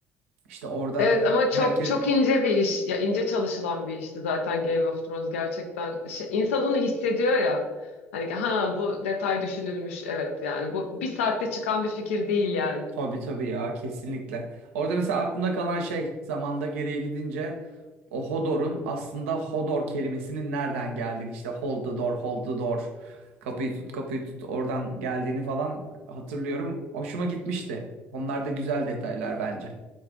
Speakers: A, on the right; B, on the left.
A: İşte orada
B: Evet ama çok
A: herkes
B: çok ince bir iş. Ya ince çalışılan bir işti zaten Game of Thrones gerçekten. Şey, insan onu hissediyor ya. Hani ha bu detay düşünülmüş evet yani bu bir saatte çıkan bir fikir değil yani.
A: Tabii tabii ya kesinlikle. Orada mesela aklımda kalan şey zamanda geriye gidince o Hodor'un aslında Hodor kelimesinin nereden geldiğini işte hold the door, hold the door kapıyı tut kapıyı tut oradan geldiğini falan hatırlıyorum. Hoşuma gitmişti. Onlar da güzel detaylar bence.